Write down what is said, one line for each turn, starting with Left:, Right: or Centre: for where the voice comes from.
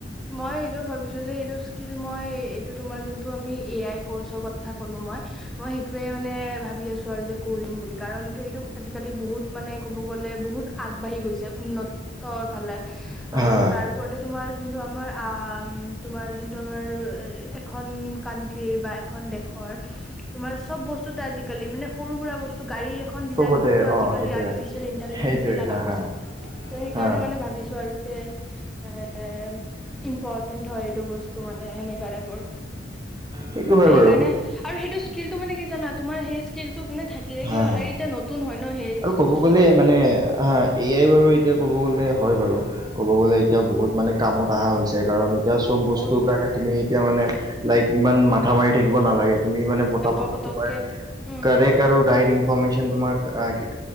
Centre: মই সেইটো ভাবিছ টো, এইটো স্কিল মই এইটো তোমাৰ যোনটো আমি এ আই কৰ্চৰ কথা ক'লো মই, মই সেইটোয়ে মানে ভাবি আছোঁ আৰু যে, কৰিম বুলি কাৰণ কিয় সেইটো আজিকালি বহুত মানে ক'ব গ'লে বহুত আগবাঢ়ি গৈছে, উন্নত <unintelligible> ফালে,
Right: হা
Centre: আৰু তাৰ ওপৰতে তোমাৰ যোনটো আম আ, তোমাৰ যোনটো আমাৰ-ৰ-এ, এখন কান্ট্ৰীৰ বা এখন দেশৰ, তোমাৰ চব বস্তুতে আজিকালি মানে সৰু সুৰা বস্তু গাড়ী এখন ডিজাইন
Right: চবতে
Centre: কৰোঁতেও আজিকালি
Right: অ সেইটোয়ে
Centre: আৰ্টিফিচিয়েল ইন্টেলিজেন্ঞ্চিয়ে
Right: সেইটোয়ে
Centre: লাগা
Right: হা
Centre: হৈছে৷
Right: হা
Centre: <unintelligible>
Right: হা
Centre: সেইকাৰণে মানে ভাবিছোঁ আৰু যে, এ-এ ইম্পৰ্টেন্ট হয়, এইটো বস্তু মানে এনেকা টাইপৰ,
Right: সেইটো হয়
Centre: সেইকাৰণে
Right: বাৰু
Centre: আৰু সেইটো স্কিলটো মানে কি জানা? তোমাৰ সেই স্কিলটো মানে থাকিলে
Right: হা
Centre: কি হয়,
Right: হা
Centre: আৰু এতিয়া নতুন হয় ন সেই
Right: আৰু ক'ব
Centre: বস্তুটো
Right: গ'লে মানে হা, এ আই বাৰু এতিয়া ক'ব গলে হয় বাৰু, ক'ব গ'লে এতিয়া বহুত মানে কামত অহা হৈছে, কাৰণ এতিয়া চব
Centre: বহুত
Right: বস্তুৰ কাৰণে তুমি এতিয়া মানে লাইক ইমান মাথা মাৰি থাকিব নালাগে, তুমি মানে পতাপত
Centre: অ পতককে
Right: তোমাৰ
Centre: উম
Right: কাৰেক্ট আৰু ৰাইট ইনফৰ্মেশ্যন <unintelligible>